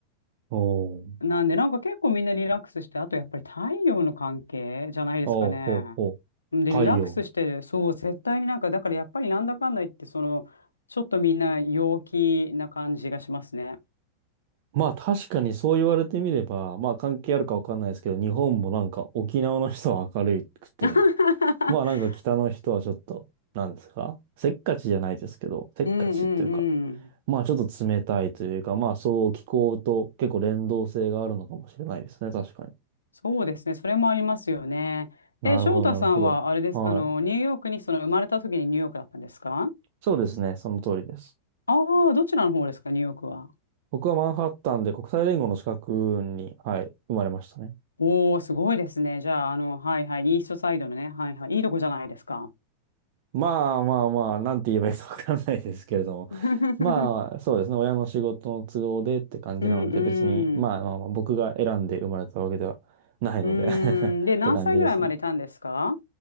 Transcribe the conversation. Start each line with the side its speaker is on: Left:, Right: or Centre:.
Right: おー、
Left: なんで、なんか結構みんなリラックスして、あとやっぱり太陽の関係じゃないですかね。
Right: おー、ほうほう。
Left: で、
Right: 太陽。
Left: リラックスして、そう、絶対になんか、だからやっぱりなんだかんだ言って、その、ちょっとみんな陽気な感じがしますね。
Right: まあ確かにそう言われてみれば、まあ関係あるかわかんないですけど、日本もなんか沖縄の人は明るくて、
Left: <laughs>
Right: まあなんか北の人はちょっと、なんですかせっかちじゃないですけど、せっかちというか、
Left: うんうんうん。
Right: まあちょっと冷たいというか、まあそう気候と結構連動性があるのかもしれないですね、確かに。
Left: そうですね。それもありますよね。
Right: なるほど、
Left: え、翔太さんは、
Right: なるほど。
Left: あれです。
Right: はい。
Left: あの、ニューヨークに、その、生まれた時にニューヨークだったんですか
Right: そうですね、その通りです。
Left: ああー、どちらの方ですか、ニューヨークは。
Right: 僕はマンハッタンで国際連合の資格に、はい、生まれましたね。
Left: おー、すごいですね。じゃあ、あの、はいはい、イーストサイドのね、はいはい、いいとこじゃないですか。
Right: まあまあまあ、なんて言えばいいかわかんないですけれども。
Left: <laughs>
Right: まあ、そうですね。親の仕事の都合でって感じなので、
Left: うん
Right: 別に、まあまあまあ、
Left: うん。
Right: 僕が選んで生まれたわけではないので
Left: うーん。
Right: <laughs> って感じですね。
Left: で、何歳ぐらいまでいたんですか
Right: い